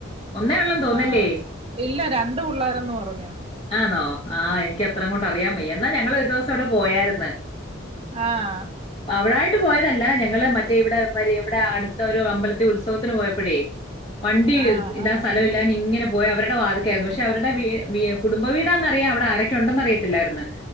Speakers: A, on the left; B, on the right.
A: ഒന്നേ ഒള്ളെന്ന് തോന്നല്ലേ
B: ആഹ് ഇല്ല രണ്ട് പുള്ളാരെന്ന് പറഞ്ഞ്
A: ആന്നോ ആയ് എനിക്കത്രങ്ങോട്ട് അറിയാൻ വയ്യ എന്നാ ഞങ്ങളൊര് ദൊവസം അവടെ പോയാര്ന്ന്
B: ആഹ്
A: അവിടായിട്ട് പോയതല്ല ഞങ്ങള് മറ്റേ ഇവടെ വരെ ഇവടെ അടുത്ത ഒര് അമ്പലത്തി ഉത്സവത്തിന് പോയപ്പഴേ വണ്ടി
B: ആഹ്
A: ഇടാൻ
B: ആഹ്
A: സ്ഥലവില്ലാഞ്ഞിങ്ങനെ പോയി അവര്ടെ വാത്ക്കായാര്ന്നു പക്ഷെ അവര്ടെ വീ വീ കുടുംബവീടന്നറിയാ അവടെ ആരൊക്കൊണ്ടെന്നറിയത്തില്ലായിര്ന്ന്